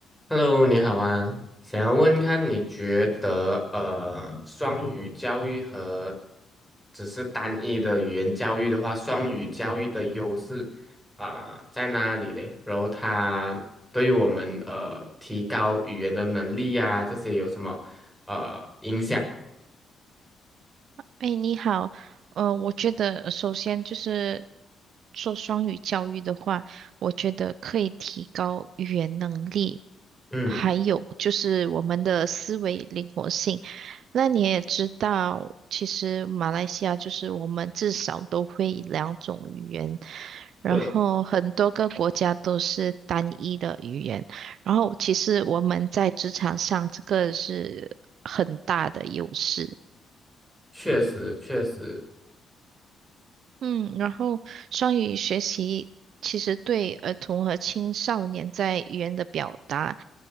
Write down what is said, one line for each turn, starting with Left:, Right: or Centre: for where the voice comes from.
Centre: Hello，你好啊，想要问看你觉得呃，双语教育和只是单一的语言教育的话，双语教育的优势啊、在哪里嘞？然后它对于我们呃提高语言的能力呀、这些有什么呃影响？
Right: 哎，你好，呃，我觉得首先就是做双语教育的话，我觉得可以提高语言能力，
Centre: 嗯，
Right: 还有就是我们的思维灵活性。那你也知道，其实马来西亚就是我们至少都会两种语言，然后很多个国家都是单一的语言，
Centre: 对，
Right: 然后其实我们在职场上这个是很大的优势。
Centre: 确实确实，
Right: 嗯，然后双语学习其实对儿童和青少年在语言的表达、